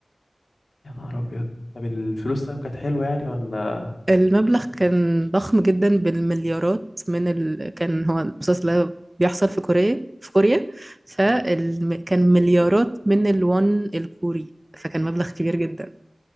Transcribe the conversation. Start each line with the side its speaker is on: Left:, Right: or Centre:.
Left: يا نهار ابيض طب الفلوس طيب كانت حلوة يعني ولا
Right: المبلغ كان ضخم جدا بالمليارات من ال... كان هو المسلسل ده بيحصل في كوريا في كوريا فكان كان مليارات من الون الكوري فكان مبلغ كبير جدا